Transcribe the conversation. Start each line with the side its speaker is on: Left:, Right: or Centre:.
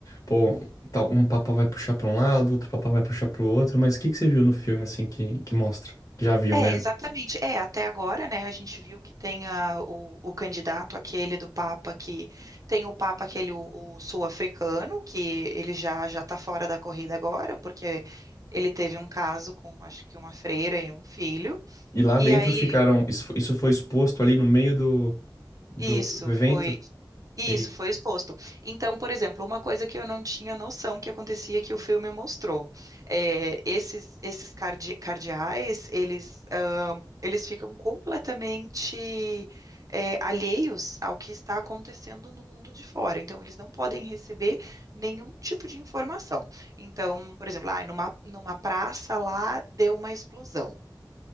Left: Pô, tal, um papa vai puxar pra um lado, outro papa vai puxar pro outro, mas o que que você viu no filme, assim, que, que mostra? Já viu,
Right: É,
Left: né?
Right: exatamente. É, até agora, né, a gente viu que tem a- o, o candidato aquele do Papa que tem o Papa aquele o, o sul-africano, que ele já já tá fora da corrida agora, porque ele teve um caso com acho que uma freira e um filho.
Left: E lá
Right: E
Left: dentro
Right: aí
Left: ficaram. Isso fo- isso foi exposto ali no meio do, do,
Right: isso
Left: do evento.
Right: foi Isso
Left: E
Right: foi exposto. Então, por exemplo, uma coisa que eu não tinha noção que acontecia que o filme mostrou, é, esses esses cardi- cardeais, eles ah, eles ficam completamente é, alheios ao que está acontecendo no mundo de fora. Então, eles não podem receber nenhum tipo de informação. Então, por exemplo, ah, numa numa praça lá deu uma explosão,